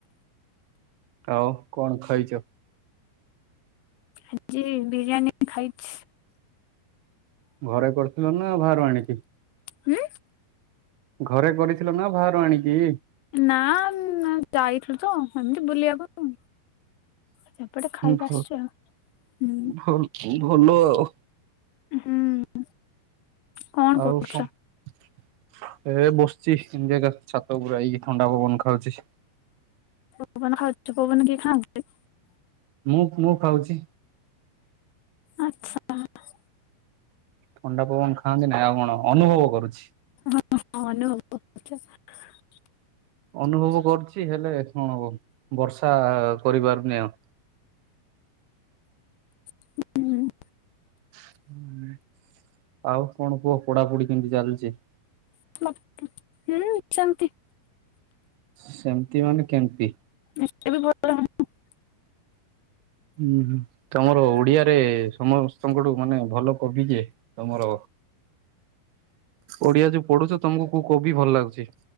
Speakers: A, on the right (about 80°); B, on the left (about 75°).
A: ଆଉ କଣ ଖାଇଛ?
B: ଆଜି ବିରିୟାନୀ ଖାଇଛି।
A: ଘରେ କରିଥିଲ ନା ବାହାରୁ ଆଣିକି?
B: ହୁଁ?
A: ଘରେ କରିଥିଲ ନା ବାହାରୁ ଆଣିକି?
B: ନା ଉଁ ଯାଇଥିଲୁ ତ ସେମିତି ବୁଲିବାକୁ। ସେପଟେ ଖାଇକି
A: ଭ
B: ଆସିଛୁ ଆଉ। ହୁଁ
A: ଭଲ ଭଲ ଆଉ।
B: ହୁଁ। କଣ
A: ଆଉ
B: କରୁଛ
A: କଣ? ଏ ବସିଛି ସିମିତି ଏକା ଛାତ ଉପରେ ଆଇକି ଥଣ୍ଡା ପବନ ଖାଉଛି।
B: ପବନ ଖାଉଛ! ପବନ କିଏ ଖାଆନ୍ତି?
A: ମୁଁ ମୁଁ ଖାଉଛି।
B: ଆଚ୍ଛା ହଉ।
A: ଥଣ୍ଡା ପବନ ଖାଆନ୍ତି ନାଇଁ ଆଉ କଣ ଅନୁଭବ କରୁଛି?
B: ହଁ ହଁ ଅନୁଭବ <inaudible>
A: ଅନୁଭବ କରୁଛି ହେଲେ କଣ ହବ ବର୍ଷା କରିପାରୁନି ଆଉ।
B: ହୁଁ।
A: ହୁଁ, ଆଉ କଣ କୁହ ପଢ଼ା ପଢ଼ି କେମିତି ଚାଲିଛି?
B: ମ ହୁଁ ସେମିତି।
A: ସେମତି ମାନେ କେମତି?
B: <unintelligible> ଏବେ ଭଲ <unintelligible>
A: ହୁଁ ହୁଁ ତମର ଓଡିଆରେ ସମସ୍ତଙ୍କଠୁ ମାନେ ଭଲ କବି କିଏ? ତମର ଓଡିଆ ଯୋଉ ପଢୁଛ ତମକୁ କୋଉ କବି ଭଲ ଲାଗୁଛି